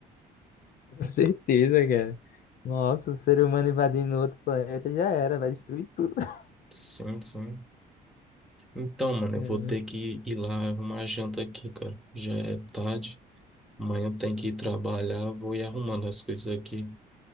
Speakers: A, on the left; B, in the centre.
A: Com certeza, cara. Nossa, o ser humano invadindo outro planeta já era, vai destruir tudo. <laughs>
B: Sim, sim. Então, mano,
A: Cara.
B: eu vou ter que ir lá arrumar a janta aqui, cara. Já é tarde. Amanhã tem que ir trabalhar, vou ir arrumando as coisas aqui.